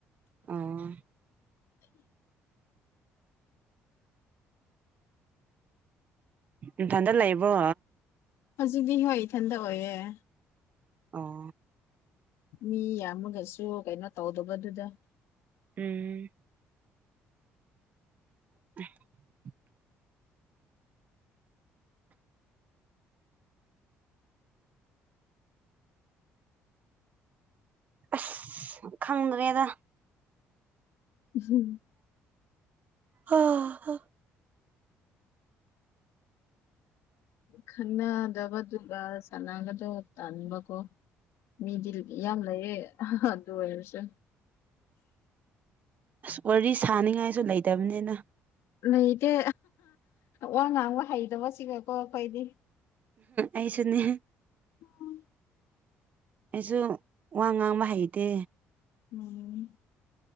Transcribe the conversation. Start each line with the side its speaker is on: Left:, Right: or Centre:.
Right: ꯑꯣ
Left: ꯎꯝ
Right: ꯎ ꯊꯟꯗ ꯂꯩ ꯂꯩꯕ꯭ꯔꯣ
Left: ꯍꯧꯖꯤꯛꯇꯤ ꯍꯣꯏ ꯏꯊꯟꯗ ꯑꯣꯏꯌꯦꯦ
Right: ꯑꯣ
Left: ꯃꯤ ꯌꯥꯝꯃꯒꯁꯨ ꯀꯩꯅꯣ ꯇꯧꯗꯕꯗꯨꯗ
Right: ꯎꯝ <unintelligible> ꯑꯁ ꯈꯪꯗ꯭ꯔꯦꯗ
Left: ꯍꯝ
Right: ꯑ
Left: ꯈꯟꯅꯗꯕꯗꯨꯒ ꯆꯅꯥꯒꯗꯣ ꯇꯥꯟꯕꯕꯀꯣ ꯃꯤꯗꯤ ꯌꯥꯝ ꯂꯩꯌꯦ ꯑꯗꯨ ꯑꯣꯏꯔꯁꯨꯦ
Right: ꯑꯁ ꯋꯥꯔꯤ ꯁꯥꯅꯤꯡꯉꯥꯏꯁꯨ ꯂꯩꯇꯕꯅꯤꯅ
Left: ꯂꯩꯇꯦ ꯋꯥ ꯉꯥꯡꯕ ꯍꯩꯗꯕ ꯁꯤꯒꯀꯣ ꯑꯩꯈꯣꯏꯗꯤ
Right: ꯑꯩꯁꯨ ꯅ
Left: ꯍꯝ
Right: ꯑꯩꯁꯨ ꯋꯥ ꯉꯥꯡꯕ ꯍꯩꯇꯦ
Left: ꯎꯝ